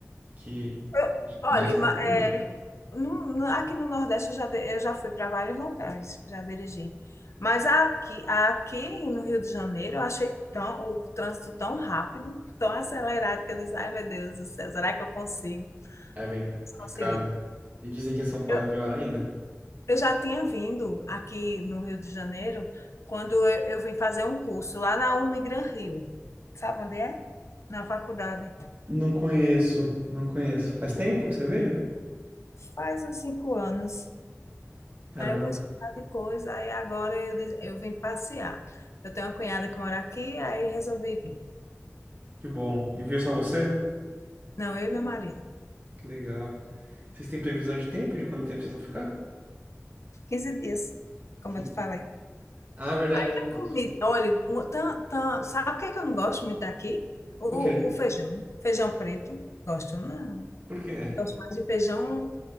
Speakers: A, on the right; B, on the left.
A: que
B: Eu- olha,
A: mais
B: ima-
A: tranquila?
B: é, no- no- aqui no Nordeste eu já, de- eu já fui para vários locais, já dirigi. Mas aqui, aqui no Rio de Janeiro eu achei tão, o trânsito tão rápido, tão acelerado, que eu disse, ai meu Deus do céu, será que eu consigo?
A: É bem complicado.
B: Consegui.
A: E dizem que em São Paulo
B: Eu,
A: é pior ainda.
B: eu já tinha vindo aqui no Rio de Janeiro quando eu, eu vim fazer um curso lá na Unigran Rio. Sabe onde é? Na faculdade.
A: Não conheço, não conheço. Faz tempo que você veio?
B: Faz uns cinco anos.
A: Caramba,
B: Aí eu conheci um bocado de coisa, aí agora eu, des- eu vim passear. Eu tenho uma cunhada que mora aqui, aí resolvi vir.
A: que bom. E veio só você?
B: Não, eu e meu marido.
A: Que legal. Vocês têm previsão de tempo, de quanto tempo vocês vão ficar?
B: 15 dias, como
A: Que-
B: eu te falei.
A: Ah, verdade,
B: A
A: verdade.
B: Comida. Olha, um- tan- tan- sabe o que é que eu não gosto muito daqui? O,
A: O quê?
B: o feijão. Feijão preto. Gosto, não.
A: Por quê?
B: Gosto mais de feijão